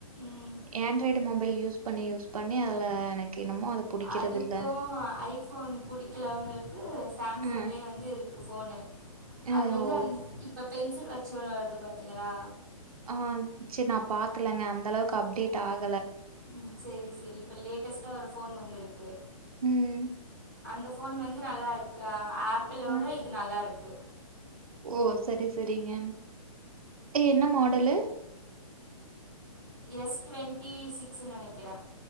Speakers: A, in the centre; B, on the right.
A: ம்
B: ஏண்ட்ராய்டு மொபை யூஸ் பண்ணியூஸ் பண்ணி அதுல எனக்கு என்னமோ புடிக்கிறது
A: அதுக்கும்
B: இல்ல
A: ஐபோன் புடிக்கலவங்களு க்கு சாம்சங்லேயே
B: ம்
A: வந்து இருக்கு ஃபோனு
B: ஆ,
A: அது வந்து
B: ஓ
A: அந்த இப்ப பென்சில் வச் அச்சி <unintelligible> ஒன் வருது பாத்தீங்களா
B: ஆஹ் ஜேரி நான் பாக்கலங்க அந்த அளவுக்கு அப்டேட் ஆக்
A: உம் சேரி சேரி இப்ப லேட்டஸ்ட்டா ஒரு போன் வந்திருக்கு
B: ம்.
A: அந்த போன் வந்து நல்லா இருக்கா ஆப் ஆப்பிளோட
B: ம்.
A: இது நல்லா இருக்கு
B: ஓ! சரி சரிங்க என்ன மாடலு
A: எஸ் டுவெண்ட்டி சிக்ஸ்சுன்னு நெனைக்கிறேன்